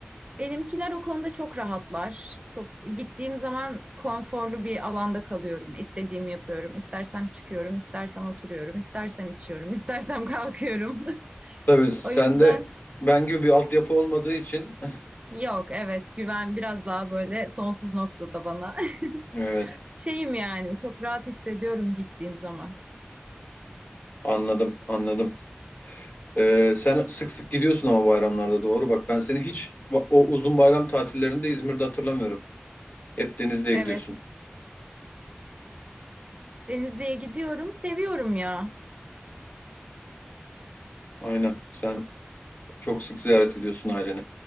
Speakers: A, on the right; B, on the left.
A: Benimkiler o konuda çok rahatlar. Çok gittiğim zaman konforlu bir alanda kalıyorum. İstediğimi yapıyorum. İstersem çıkıyorum, istersem oturuyorum, istersem içiyorum, istersem kalkıyorum. <laughs>
B: Tabii sende
A: O yüzden
B: ben gibi bir altyapı olmadığı için
A: Yok evet güven biraz daha böyle sonsuz noktada bana.
B: <laughs> evet
A: <laughs> Şeyim yani çok rahat hissediyorum gittiğim zaman.
B: anladım anladım. Ee, sen sık sık gidiyorsun ama bayramlarda doğru bak ben seni hiç o uzun bayram tatillerinde İzmir'de hatırlamıyorum. Hep Denizli'ye
A: Evet
B: gidiyorsun.
A: Denizli'ye gidiyorum seviyorum ya.
B: Aynen sen çok sık ziyaret ediyorsun aileni.